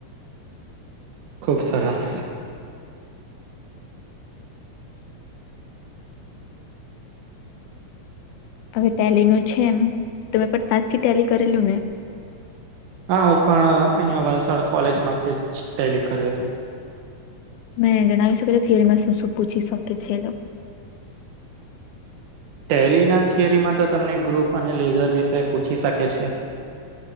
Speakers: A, on the right; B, on the left.
A: ખૂબ સરસ.
B: હવે ટેલી નું છે એમ તમેં પણ તાજ થી ટેલી કરેલું ને
A: હા હું પણ અહિયાં વલસાડ કોલેજ માંથી જ ટેલી કર્યું હતું
B: તમે જણાવી શકો છો થિયરી માં શું શું પૂછી શકે છે એ લોકો
A: ટેલીના થિયરીમાં તો તમને ગ્રુપ અને લેઝર વિશે પૂછી શકે છે.